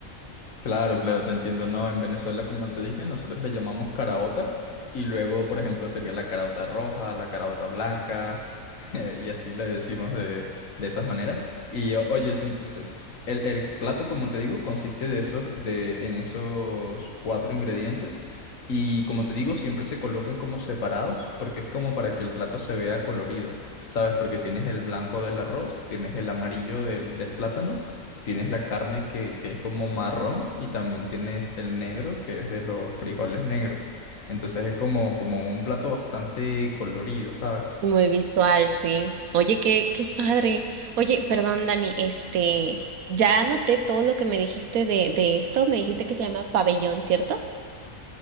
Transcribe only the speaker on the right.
Y Muy visual, sí. Oye, qué, qué padre. Oye, perdón, Dani, este, ya anoté todo lo que me dijiste de, de esto. Me dijiste que se llama pabellón, ¿cierto?